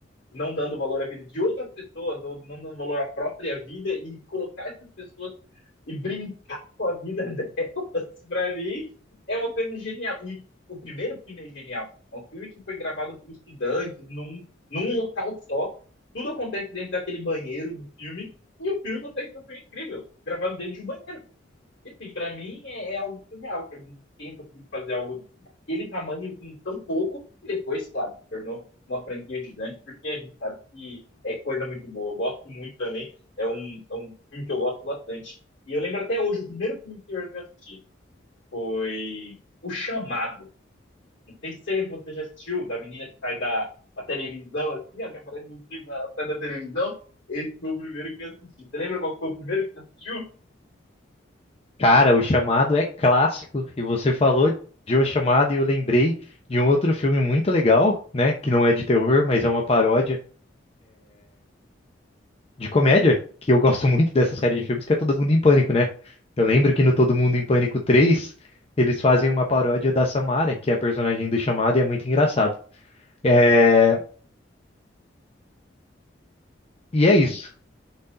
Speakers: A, on the left (about 65°); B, on the left (about 30°).
A: não dando valor à vida de outras pessoas ou não dando valor à própria vida e colocar essas pessoas e brincar com a vida delas, <laughs> pra mim, é uma coisa genial. E o primeiro filme é genial. É um filme que foi gravado por estudantes num, num local só. Tudo acontece dentro daquele banheiro do filme. E o filme consegue ser um filme incrível, gravado dentro de um banheiro. E assim, pra mim é, é algo surreal que a gente tenha conseguido fazer algo daquele tamanho com tão pouco, e depois, claro, se tornou uma franquia gigante, porque a gente sabe que é coisa muito boa. Eu gosto muito também, é um, é um filme que eu gosto bastante. E eu lembro até hoje, o primeiro filme de terror que eu assisti foi O Chamado. Não sei se você já assistiu, da menina que sai da, da televisão, assim, ó, que aparece no filme, ela sai da televisão. Esse foi o primeiro que eu assisti. Você lembra qual foi o primeiro que você assistiu?
B: Cara, O Chamado é clássico, e você falou de O Chamado e eu lembrei de um outro filme muito legal, né, que não é de terror, mas é uma paródia de comédia, que eu gosto muito dessa série de filmes, que é Todo Mundo em Pânico, né? Eu lembro que no Todo Mundo em Pânico três eles fazem uma paródia da Samara, que é a personagem do Chamado, e é muito engraçado. É... E é isso.